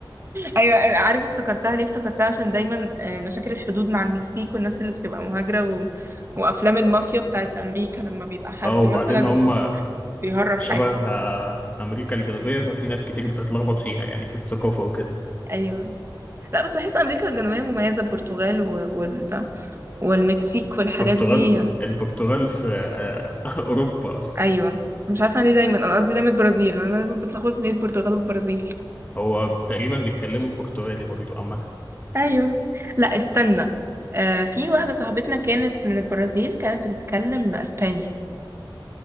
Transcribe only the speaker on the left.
<laughs>
اه وبعدين
هم
شبه
آه، امريكا الجنوبيه ففي ناس كتير بتتلخبط فيها يعني في الثقافه وكده
البرتغال
البرتغال في آه، <laughs> اوروبا اصلا
هو تقريبا بيتكلموا برتغالي برضو عامه